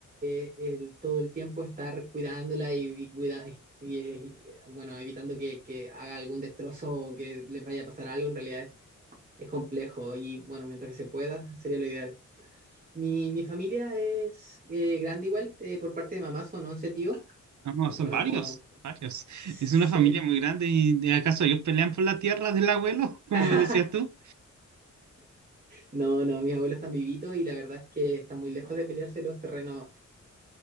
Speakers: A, on the right; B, on the right.
A: eh, el, todo el tiempo estar cuidándola y, y cuida, y, y, bueno, evitando que, que haga algún destrozo o que les vaya a pasar algo, en realidad es, es complejo y, bueno, mientras que se pueda, sería lo ideal. Mi, mi familia es eh, grande igual, eh, por parte de mamá son 11 tíos.
B: No, no,
A: Y
B: son
A: bueno,
B: varios,
A: como
B: varios.
A: Sí.
B: Es una familia muy grande y ¿de acaso ellos pelean por la tierra del abuelo, <laughs> como
A: <laughs>
B: me decías tú?
A: No, no, mis abuelos están vivitos y la verdad es que están muy lejos de pelearse los terrenos.